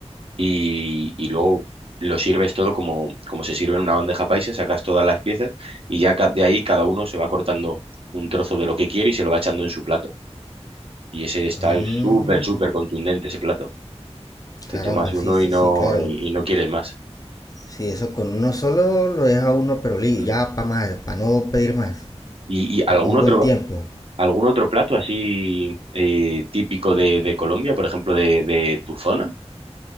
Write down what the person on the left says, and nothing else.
Mm,
caramba,
sí, sí,
sí, claro.
Sí, eso con uno solo lo deja uno, pero li-
ya para más, para no pedir más,
por
un
buen tiempo.